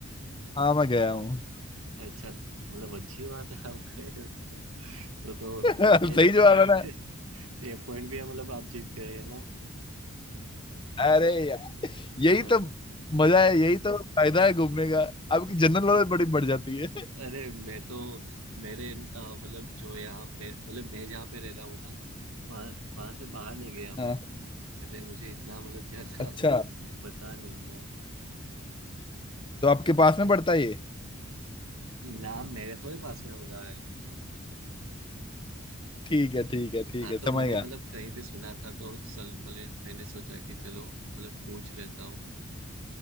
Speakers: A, on the left; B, on the right.
A: हाँ मैं गया हूँ
B: अच्छा मतलब अच्छी बात है आप गए हो तो तो
A: <laughs> सही
B: ये
A: जवाब
B: ये,
A: है ना
B: <laughs> ये पॉइंट भी है मतलब आप जीत गए है ना
A: अरे यार यही
B: <laughs> हाँ
A: तो मजा है यही तो फायदा है घूमने का आपकी जनरल नॉलेज बड़ी बढ़ जाती है
B: अरे मैं तो मेरे अ, मतलब जो यहाँ मैं मतलब मैं जहाँ पे रह रहा हूँ ना वहाँ वहाँ से बाहर नहीं गया मैं
A: हाँ
B: पहले मुझे इतना मतलब ज्यादा
A: अच्छा
B: वो पता नहीं है
A: तो आपके पास में पड़ता है ये
B: नाम मेरे थोड़े पास में होगा है
A: ठीक है ठीक है ठीक
B: हाँ
A: है
B: तो
A: समझ
B: मैंने
A: गया
B: मतलब कहीं पे सुना था तो सल मतलब मैंने सोचा कि चलो मतलब पूछ लेता हूँ